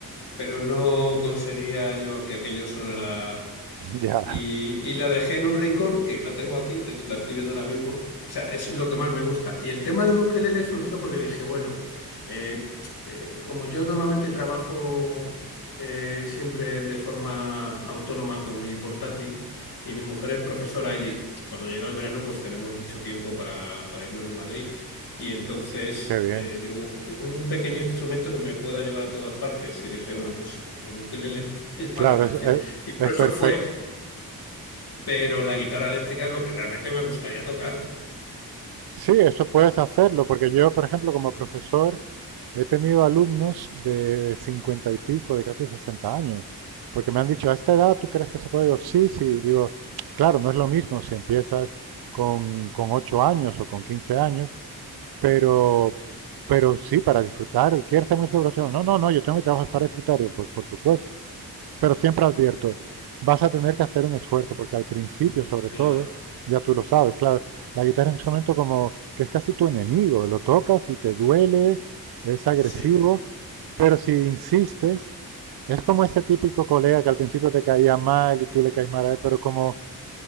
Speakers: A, on the left; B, on the right.
A: pero no conseguía yo que aquello sonara.
B: <laughs> Ya,
A: Y, y la dejé en un rincón, que la tengo aquí, de hecho la estoy viendo ahora mismo. O sea, es lo que más me gusta. Y el tema del ukelele surgió porque dije, bueno, eh, eh, como yo normalmente trabajo eh, siempre de forma autónoma con mi portátil y mi mujer es profesora y cuando llega el verano pues tenemos mucho tiempo para, para irnos de Madrid. Y entonces,
B: <laughs> qué bien.
A: eh, digo, un pequeño instrumento que me pueda llevar a todas las partes. Y dije, bueno, pues el ukelele <laughs> me llama
B: Claro,
A: la atención.
B: es, es-
A: Y por
B: es
A: eso
B: perfecto.
A: fue pero la guitarra eléctrica es lo que realmente me gustaría tocar.
B: Sí, eso puedes hacerlo, porque yo, por ejemplo, como profesor, he tenido alumnos de 50 y pico, de casi 60 años, porque me han dicho, ¿a esta edad tú crees que se puede? Digo, sí, sí, digo, claro, no es lo mismo si empiezas con, con 8 años o con 15 años, pero, pero sí, para disfrutar, ¿quieres hacer música profesional? No, no, no, yo tengo mi trabajo es para disfrutar, Digo, pues por supuesto. Pero siempre advierto, vas a tener que hacer un esfuerzo, porque al principio, sobre todo,
A: Claro,
B: ya tú lo sabes, claro, la guitarra es un instrumento como que es casi tu enemigo, lo tocas y te duele, es agresivo,
A: sí.
B: pero si insistes, es como ese típico colega que al principio te caía mal y tú le caes mal a él, pero como